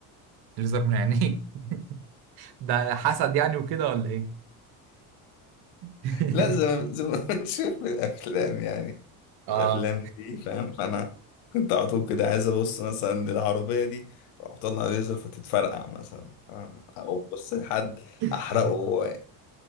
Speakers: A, on the right (about 60°); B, on the left (about 85°).
A: الليزر من عينيك <laughs> ده حسد يعني وكده ولا ايه؟ <laughs>
B: لا زي ما زي ما <laughs> بنشوف في الافلام يعني
A: اه
B: الافلام دي فاهم فانا كنت على طول كده عايز ابص مثلا للعربيه دي اروح اطلع ليزر فتتفرقع مثلا فاهم او بص لحد
A: <laughs>
B: احرقه هو.